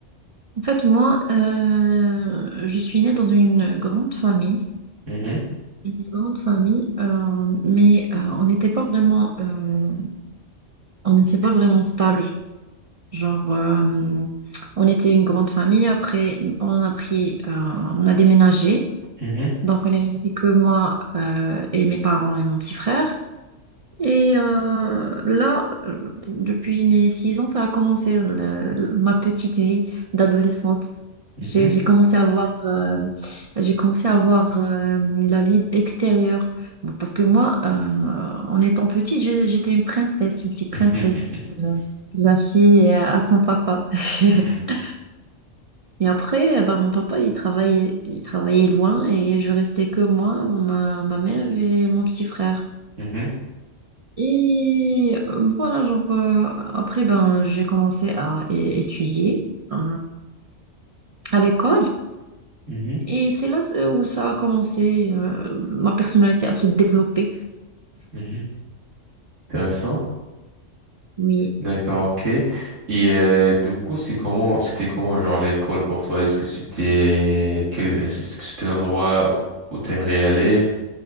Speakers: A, on the right; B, on the right.
A: En fait, moi, euh, je suis née dans une grande famille,
B: Mhm,
A: une grande famille, euh, mais euh, on n'était pas vraiment, euh, on n'était pas vraiment stable. Genre, euh, on était une grande famille. Après, on a pris, euh, on a déménagé,
B: mhm,
A: donc on est resté que moi euh, et mes parents et mon petit frère. Et euh, là, euh, depuis mes six ans, ça a commencé le- le- ma petite vie d'adolescente.
B: mhm,
A: J'ai j'ai commencé à voir, euh, j'ai commencé à voir euh, la vie extérieure. Bon, Parce que moi, euh, en étant petite, j'ai- j'étais une princesse, une petite princesse,
B: <laughs>
A: euh, la fille euh, à son papa. <laughs>
B: mhm,
A: Et après, bah, mon papa, il travaillait, il travaillait loin et je restais que moi, ma, ma mère et mon petit frère.
B: mhm,
A: Et euh, voilà, genre, euh, après, ben, j'ai commencé à é- étudier euh, à l'école.
B: mhm,
A: Et c'est là euh, où ça a commencé, euh, ma personnalité à se développer.
B: mhm, mhm. Intéressant.
A: Oui.
B: D'accord, ok. Et euh, du coup, c'est comment, c'était comment genre l'école pour toi? Est-ce que c'était, quel, est-ce que c'était un endroit où où t'aimerais aller,